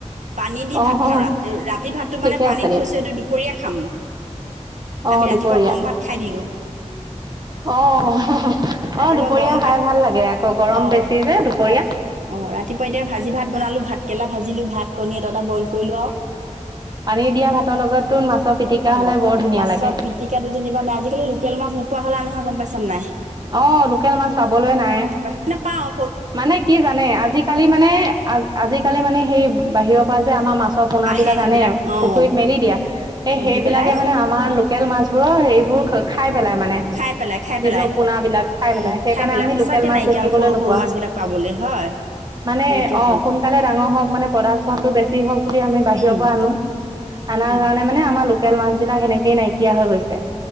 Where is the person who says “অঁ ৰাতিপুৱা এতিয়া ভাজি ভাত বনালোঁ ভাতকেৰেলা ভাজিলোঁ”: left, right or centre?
Right